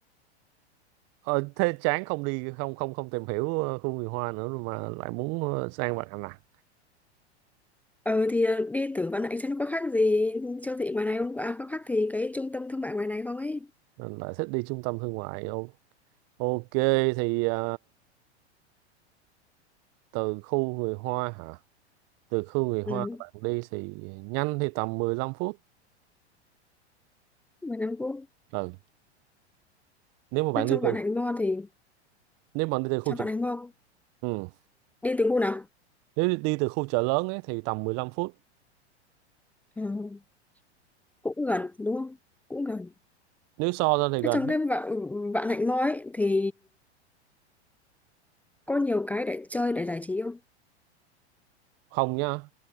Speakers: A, on the right; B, in the centre.
A: ờ thế chán không đi không không không tìm hiểu ờ, khu người Hoa nữa rồi mà lại muốn ờ, sang bạn à
B: Ờ thì ờ, đi tử văn anh xem nó có khác gì siêu thị ngoài này không? À có khác thì cái trung tâm thương mại ngoài này không ấy?
A: Mình lại thích đi trung tâm thương mại. Ô- Ok, thì à, từ khu người Hoa hả? Từ khu người Hoa
B: Ừ,
A: bạn đi thì nhanh thì tầm 15 phút.
B: ngoài Nam Quốc.
A: Ừ. Nếu mà bạn
B: Thế trong
A: đi
B: Vạn
A: từ
B: Hạnh Mall thì
A: nếu bạn đi từ khu
B: trong
A: chợ
B: Vạn Hạnh Mall
A: ừ.
B: đi từ khu nào?
A: Nếu đi đi từ khu chợ lớn ấy thì tầm 15 phút.
B: Ừ, cũng gần đúng không? Cũng gần.
A: Nếu so ra thì gần
B: Thế trong
A: hết.
B: cái Vạn Vạn Hạnh Mall ấy thì có nhiều cái để chơi để giải trí không?
A: không nha.